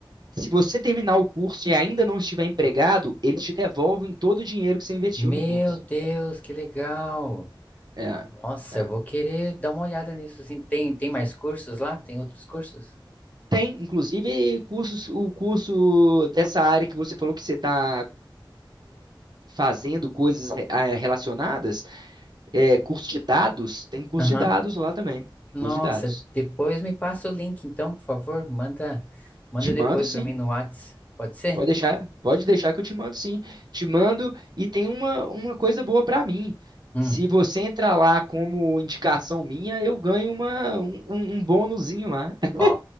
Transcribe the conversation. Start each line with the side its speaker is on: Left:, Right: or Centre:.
Right: se você terminar o curso e ainda não estiver empregado, eles te devolvem todo o dinheiro que você investiu
Left: Meu
Right: no curso.
Left: Deus, que legal!
Right: É,
Left: Nossa,
Right: é.
Left: eu vou querer dar uma olhada nisso assim. Tem tem mais cursos lá? Tem outros cursos?
Right: Tem, inclusive, cursos, o curso dessa área que você falou que você está fazendo coisas eh, relacionadas, é, curso de dados, tem curso
Left: Aham.
Right: de dados lá também,
Left: Nossa,
Right: curso de dados.
Left: depois me passa o link então, por favor. Manda manda
Right: Te
Left: depois
Right: mando, sim.
Left: para mim no Whats. Pode ser?
Right: Pode deixar, pode deixar que eu te mando sim. Te mando e tem uma, uma coisa boa para mim.
Left: Hum.
Right: Se você entrar lá como indicação minha, eu ganho uma, um, um um bônusinho lá. <laughs>
Left: Ó,